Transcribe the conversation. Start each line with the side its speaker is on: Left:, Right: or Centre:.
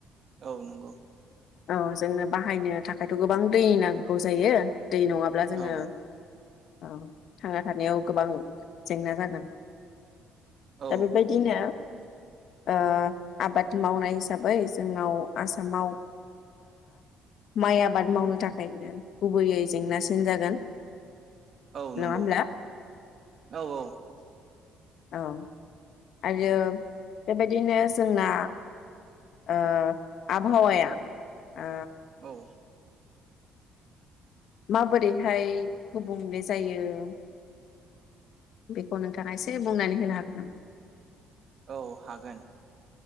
Right: औ नंगौ
Left: औ जोंनो बाहायनो थाखायथ' गोबां दै नांगौ जायो दै नङाब्ला जोङो
Right: औ
Left: औ थांना थानायाव गोबां जेंना जागोन।
Right: औ
Left: दा बेबायदिनो ओ आबाद मावनाय हिसाबै जोंनाव आसामाव माइ ओ आबाद मावनो थाखायनो गुबैयै जेंनासिन जागोन।
Right: औ नंगौ
Left: नङा होमब्ला
Right: औ औ
Left: औ आरो बेबायदिनो जोंना ओ आबहावाया ओ
Right: औ
Left: माबोरैहाय गुबुंले जायो बेखौ नोंथाङा एसे बुंनानै होनो हागोन नामा?
Right: औ हागोन।